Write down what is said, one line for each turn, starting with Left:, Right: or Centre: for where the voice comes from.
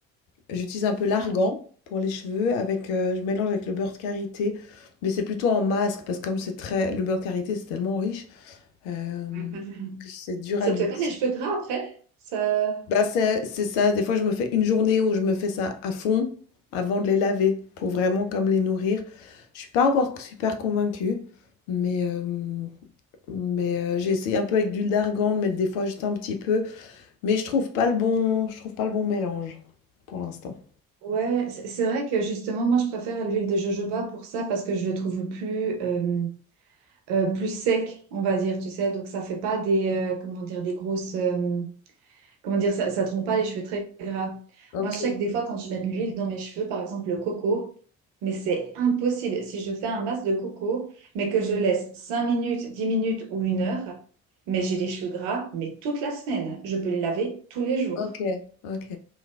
Left: J'utilise un peu l'argan
Right: Ah, ok.
Left: pour les cheveux, avec, euh, je mélange avec le beurre de karité, mais c'est plutôt en masque parce que comme c'est très, le beurre de karité c'est tellement riche euh,
Right: <laughs>
Left: que c'est dur
Right: Ça
Left: à l'utiliser.
Right: te fait pas les cheveux gras après? Ça...
Left: Bah, c'est c'est ça, des fois je me fais une journée où je me fais ça à fond avant de les laver pour vraiment comme les nourrir. Je suis pas encore super convaincue, mais, euh, mais euh, j'ai essayé un peu avec d'huile d'argan, de mettre des fois juste un petit peu, mais je trouve pas le bon, je trouve pas le bon mélange pour l'instant.
Right: Ouais, c'est c'est vrai que justement, moi, je préfère l'huile de jojoba pour ça parce que je le trouve plus, euh, euh, plus sec, on va dire, tu sais. Donc, ça fait pas des, euh, comment dire, des grosses, euh, comment dire, ça, ça te rend pas les cheveux très gras.
Left: Ok,
Right: Moi, je sais que des fois, quand je mets de l'huile dans mes cheveux, par exemple le coco, mais c'est impossible. Si je fais un masque de coco, mais que je laisse 5 minutes, 10 minutes ou une heure, mais j'ai les cheveux gras, mais toute la semaine. Je peux les laver tous les jours.
Left: ok, ok.